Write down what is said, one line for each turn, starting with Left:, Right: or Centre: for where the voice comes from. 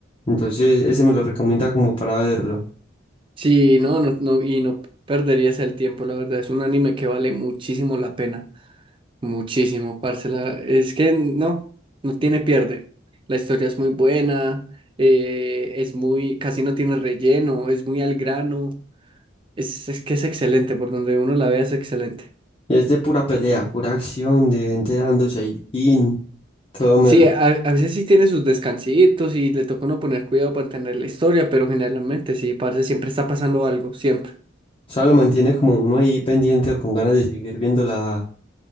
Left: Entonces, ese me lo recomienda como para verlo.
Right: Sí, no, no, no, y no perderías el tiempo, la verdad. Es un anime que vale muchísimo la pena. Muchísimo, parce. la- Es que no, no tiene pierde. La historia es muy buena, eh, es muy, casi no tiene relleno, es muy al grano. Es, es que es excelente, por donde uno la vea es excelente.
Left: Y es de pura pelea, pura acción, de gente dándose ahí, tin, todo melo.
Right: Sí, a, a veces sí tiene sus descansitos y le toca uno poner cuidado para entender la historia, pero generalmente sí, parce, siempre está pasando algo, siempre.
Left: O sea, lo mantiene como uno ahí pendiente o con ganas de seguir viendo la,